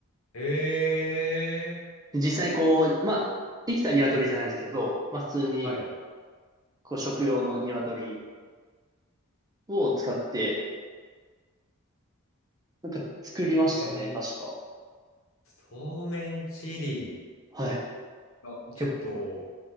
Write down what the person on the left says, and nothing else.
え
ー、はい。
えー、
そうめんチリ。
あ、ちょっと